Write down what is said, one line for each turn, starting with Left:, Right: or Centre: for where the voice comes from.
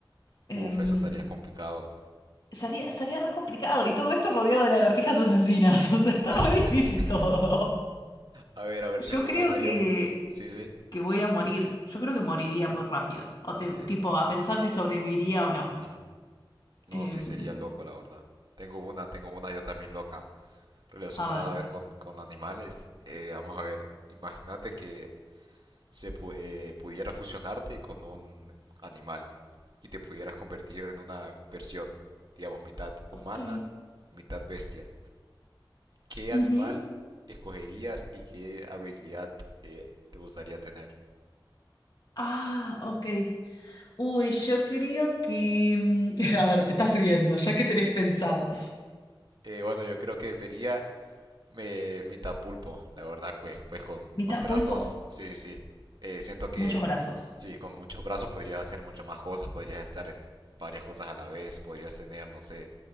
Left: Em,
Right: uf, eso estaría complicado.
Left: sería, sería re complicado. Y todo esto rodeado de lagartijas asesinas. <laughs> O sea, está
Right: <laughs>
Left: re difícil todo.
Right: A ver, a ver,
Left: Yo
Right: tengo
Left: creo
Right: una
Left: que,
Right: yo. Sí, sí,
Left: que voy a morir. Yo creo que moriría muy rápido. O
Right: sí,
Left: te- tipo, a pensar si sobreviviría o no.
Right: ujú. No,
Left: Em,
Right: sí, sería loco, la verdad. Tengo una, tengo una yo también loca, relacionada,
Left: a ver.
Right: a ver, con, con animales. Eh, vamos a ver, imagínate que se pu- eh, pudiera fusionarte con un animal. y te pudieras convertir en una versión, digamos, mitad humana,
Left: Ok.
Right: mitad bestia, ¿qué
Left: Ujú.
Right: animal escogerías y qué habilidad eh, te gustaría tener?
Left: Ah, ok. Uy, yo creo que... mm, <laughs> A ver, te estás riendo, ya que tenés pensado.
Right: Eh, bueno, yo creo que sería eh, mitad pulpo, la verdad, pues, pues con
Left: Mitad
Right: más brazos,
Left: pulpo,
Right: sí, sí, sí. Eh, siento que
Left: muchos brazos.
Right: sí, con muchos brazos podrías hacer muchas más cosas, podrías estar en varias cosas a la vez, podrías tener, no sé,